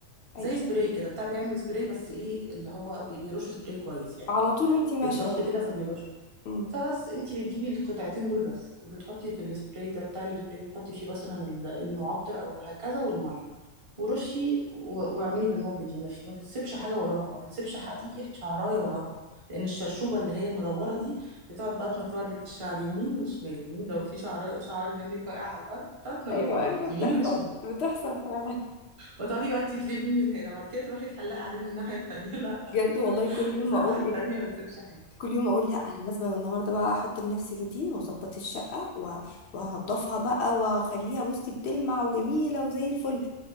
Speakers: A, on the right (about 25°); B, on the left (about 60°).
A: زي
B: اي شوف
A: سبراي كده بتاع بيعمل سبراي بس ايه اللي هو بي- بيرش سبراي كويس يعني
B: على طول وانتي ماشيه
A: بالضغط كده فبيرش
B: مم.
A: فبس انت بتجيبي القطعتين دول بس وبتحطي في السبراي ده بتاع السبراي ده تحطي فيه مثلا ال- المعطر او هكذا والميه ورشي و- واعملي بالموب دي ما, في ما بتسيبش حاجه وراها ما بتسيبش حقيقي شعرايه وراها لان الشرشوبه اللي هي المدوره دي بتقعد بقى تنطور لك الشعر يمين وشمال يمين لو في شعر شعر منك واقع على الارض تقعد تنطوره
B: ايوه ايوه
A: لك
B: بتحصل
A: يمين وشمال
B: بتحصل فعلا
A: وتقعدي بقى انت تلمي من هنا بعد كده تروحي تحلقي عليه من الناحيه التانيه <laughs> لا
B: بجد والله كل يوم
A: بصراحه
B: اقول
A: التانيه
B: ايه
A: ما بتسيبش حاجه
B: كل يوم اقول لا انا لازم أنا النهارده بقى احط لنفسي روتين واظبط الشقه و- وهنضفها بقى واخليها بصي بتلمع وجميله وزي الفل